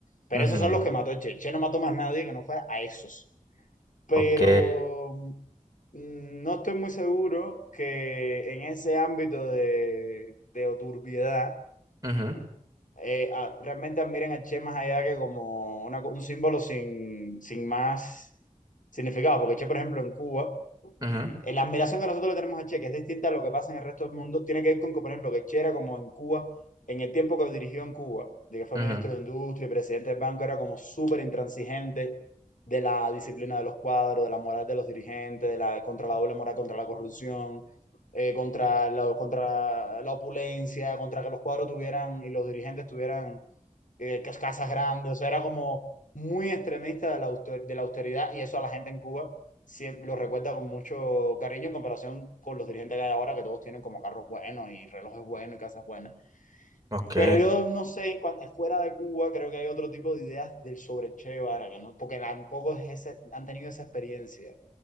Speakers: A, on the left (about 70°); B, on the right (about 25°).
A: Pero
B: ujú,
A: esos son los que mató Che. Che no mató más nadie que no fuera a esos. Pero
B: ok,
A: mm, no estoy muy seguro que en ese ámbito de, de turbiedad
B: ujú,
A: eh, a- realmente admiren a Che más allá que como una co- un símbolo sin, sin más significado. Porque Che, por ejemplo, en Cuba
B: ujú,
A: eh, la admiración que nosotros le tenemos a Che, que es distinta a lo que pasa en el resto del mundo, tiene que ver con que, por ejemplo, que Che era como en Cuba, en el tiempo que dirigió en Cuba, de que fue
B: ujú,
A: ministro de Industria y presidente del banco, era como súper intransigente de la disciplina de los cuadros, de la moral de los dirigentes, de la, contra la doble moral, contra la corrupción, eh, contra, la, contra la opulencia, contra que los cuadros tuvieran y los dirigentes tuvieran eh, cas- casas grandes, o sea, era como muy extremista de la, auster- de la austeridad y eso a la gente en Cuba siempre lo recuerda con mucho cariño en comparación con los dirigentes que hay ahora, que todos tienen como carros buenos y relojes buenos y casas buenas.
B: ok,
A: Pero yo no sé, cuan- fuera de Cuba creo que hay otro tipo de ideas del sobre Che Guevara, que no, porque tampoco es ese- han tenido esa experiencia